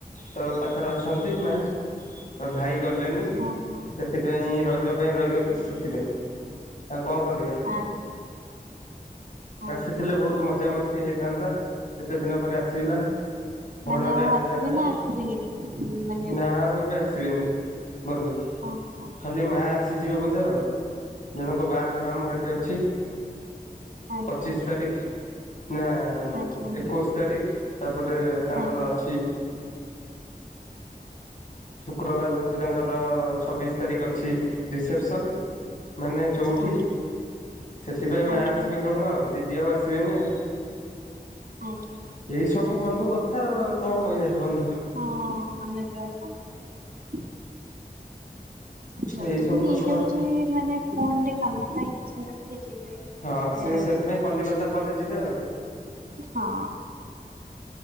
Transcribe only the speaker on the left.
ତ ପାଖରେ ଅଛନ୍ତି ମା ତ ଭାଇ ଗଲେନି
ସେଥିପାଇଁ ରଜ ପାଇଁ ରହିଗଲେ <unintelligible> ଆ କଣ କରିବା।
ଆସିଥିଲେ ବହୁତ ମଜା ମସ୍ତି ହେଇଥାନ୍ତା କେତେ ଦିନ ପରେ ଆସିଥିଲା। ଭଣଜା
ଆସିଥାନ୍ତା
ନା ଆଉ ଏ ଆସିବେନି ବନ୍ଧୁ
ଖାଲି ମା ଆସିଯିବ ବୋଧେ ଆଉ ଘର ଆମର ଏଠି ଅଛି
ପଚିଶ ତାରିଖ। ନା
ଏକୋଇଶ ତାରିଖ ତାପରେ ତାଙ୍କର
ଅଛି <inaudible> ଶୁକ୍ରବାର ହଉଛି ତାଙ୍କର ଛବିଶ ତାରିଖ ଅଛି ରିସେପସନ ମାନେ ଚଉଠି।
ସେଥିପାଇଁ ମା
ଆସିବେ କେବଳ ଆଉ ଦିଦି ଆଉ ଆସିବେନି ଆଉ।
ଏଇ ସବୁ ବନ୍ଧୁ କଥା ଆଉ ଆଉ କଣ କହିବା ବନ୍ଧୁ।
ଏଇ ସବୁ
ଦୁଃଖ
ହଁ ସେ
ସେଥିପାଇଁ କଲିକତା ପରେ ଯିବେ ଆଉ।